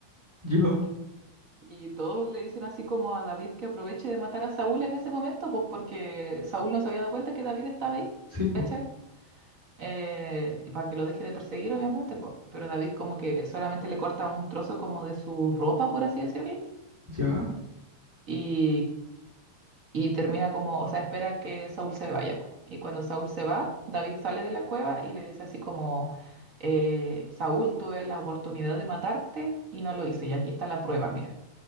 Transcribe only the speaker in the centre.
yo,
sí, po,
ya.